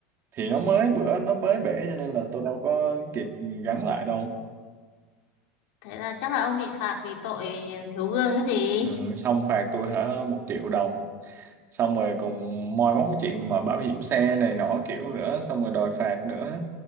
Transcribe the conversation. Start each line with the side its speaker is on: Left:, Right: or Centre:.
Right: thì nó mới bữa nó mới bể cho nên là tôi đâu có kịp gắn lại đâu
Left: Thế là chắc là ông bị phạt vì tội thiếu gương cái gì?
Right: ừ, xong phạt tôi hả một triệu đồng xong rồi còn moi móc cái chuyện mà bảo hiểm xe này nọ kiểu nữa xong rồi đòi phạt nữa